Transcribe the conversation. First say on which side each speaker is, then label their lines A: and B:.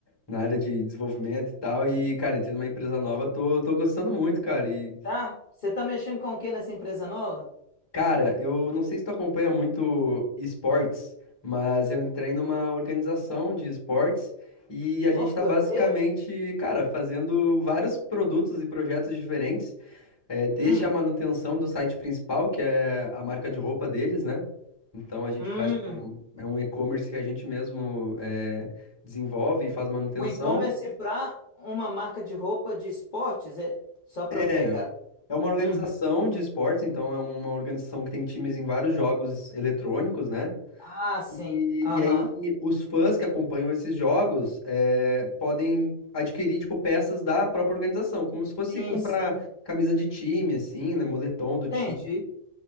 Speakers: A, on the left; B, on the left.
A: na área de desenvolvimento e tal. E, cara, entrei numa empresa nova, tô, tô gostando muito, cara. E,
B: Tá? Você tá mexendo com o que nessa empresa nova?
A: cara, eu não sei se tu acompanha muito esportes, mas eu entrei numa organização de esportes e a gente
B: Ó, que
A: tá
B: doideira!
A: basicamente, cara, fazendo vários produtos e projetos diferentes. É, desde
B: Hum,
A: a manutenção do site principal, que é a marca de roupa deles, né? Então a gente
B: hum.
A: faz, tipo, um- é um e-commerce que a gente mesmo é, desenvolve e faz manutenção.
B: O e-commerce pra uma marca de roupa de esportes? É só pra
A: É,
B: eu pegar.
A: é uma organização
B: Uhum.
A: de esportes, então é uma organização que tem times em vários jogos eletrônicos, né?
B: Ah, sim.
A: E,
B: Aham.
A: e aí os fãs que acompanham esses jogos é, podem adquirir, tipo, peças da própria organização, como se fosse
B: Sim,
A: comprar
B: sim.
A: camisa de time, assim, né? Moletom do time.
B: Entendi.